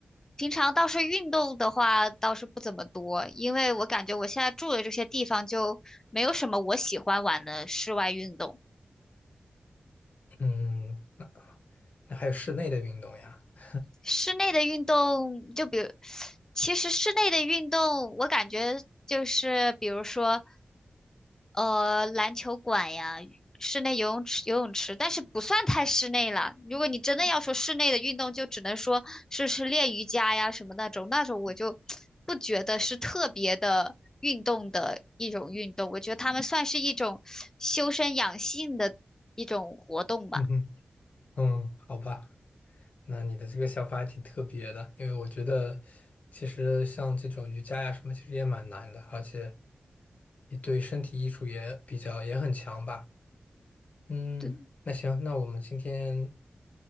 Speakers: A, on the left (about 20°); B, on the left (about 60°).
A: 平常倒是运动的话倒是不怎么多，因为我感觉我现在住的这些地方就没有什么我喜欢玩的室外运动。
B: 嗯，那还有室内的运动呀 <laughs>。
A: 室内的运动，就比如，其实室内的运动，我感觉就是比如说，呃，篮球馆呀，室内游泳池、游泳池，但是不算太室内了。如果你真的要说室内的运动，就只能说是是练瑜伽呀什么那种，那种我就不觉得是特别的运动的一种运动，我觉得他们算是一种修身养性的一种活动吧。
B: 嗯哼，嗯，好吧，那你的这个想法还挺特别的，因为我觉得其实像这种瑜伽呀什么，其实也蛮难的，而且也对身体艺术也比较也很强吧。嗯，
A: 对，
B: 那行，那我们今天